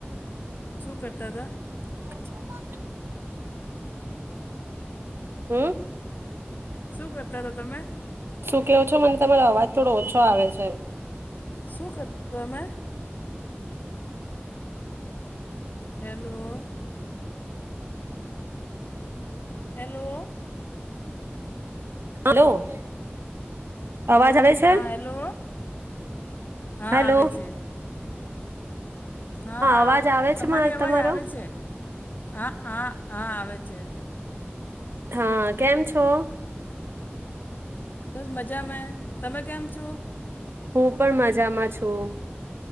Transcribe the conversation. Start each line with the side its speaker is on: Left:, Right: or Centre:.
Left: શું કરતા હતા?
Right: <inaudible> હમ.
Left: શું કરતા હતા તમે
Right: શું કેવો છો મને તમારો અવાજ થોડો ઓછો આવે છે?
Left: શું કર હતો અમે? હેલો. હેલો.
Right: હલો. આવાજ આવેે છે?
Left: હા હેલો હા
Right: હેલો.
Left: આવે છે હા
Right: અવાજ આવે
Left: તમારી
Right: છે મારે
Left: અવાજ
Right: તમારો
Left: આવે છે, હા હા હા આવે છે.
Right: હા કેમ છો?
Left: બસ મજા મે, તમે કેમ છો?
Right: હું પણ મજામાં છું.